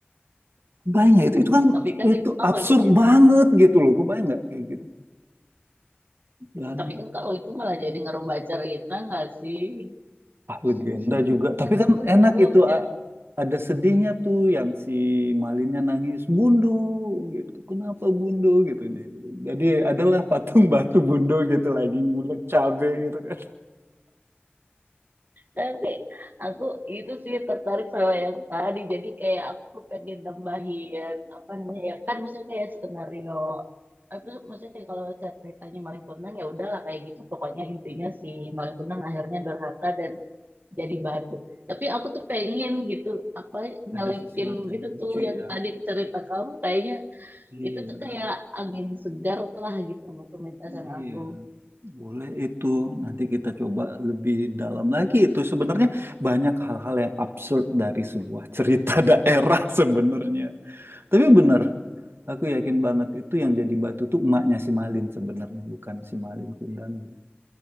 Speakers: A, on the right; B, on the right.
A: Kebayang nggak itu? Itu kan
B: tapi kan
A: itu
B: itu kalau
A: absurd
B: itu jadi
A: banget gitu loh. Kebayang nggak kayak gitu? dan
B: tapi kan kalau itu malah jadi ngerubah cerita nggak sih
A: ah
B: <laughs>
A: legenda juga tapi
B: kan
A: kan
B: aku
A: enak
B: dihujat
A: itu A- ada sedihnya tuh yang si Malinnya nangis bundo gitu kenapa bundo gitu dia. gitu. jadi adalah patung batu bundo gitu lagi ngulek cabe gitu kan
B: Tapi aku itu sih tertarik sama yang tadi. Jadi kayak aku pengen nambahin apa namanya ya kan misalnya kayak skenario apa sih, maksudnya kayak kalau ceritanya maling kundang ya udahlah kayak gitu pokoknya intinya si maling kundang akhirnya durhaka dan jadi batu. Tapi aku tuh pengen gitu apa nyelipin
A: ada sesuatu yang
B: gitu
A: lucu
B: tuh yang
A: ya
B: tadi cerita kamu kayaknya
A: iya
B: itu tuh kayak angin segar lah gitu buat pementasan
A: iya
B: aku.
A: boleh itu nanti kita coba lebih dalam lagi itu sebenarnya banyak hal-hal yang absurd dari sebuah cerita <laughs> daerah sebenarnya tapi bener Aku yakin banget itu yang jadi batu tuh emaknya si Malin sebenarnya, bukan si Malin Kundangnya.